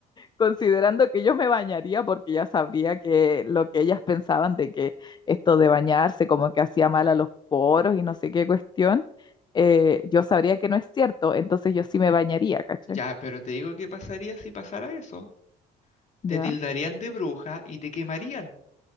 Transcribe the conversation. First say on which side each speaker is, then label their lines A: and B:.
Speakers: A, on the left; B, on the left.
A: considerando que yo me bañaría porque ya sabría que lo que ellas pensaban de que esto de bañarse como que hacía mal a los poros y no sé qué cuestión, eh, yo sabría que no es cierto, entonces yo sí me bañaría, ¿cachai?
B: Ya, pero te digo qué pasaría si pasara eso.
A: ¿Ya?
B: Te tildarían de bruja y te quemarían.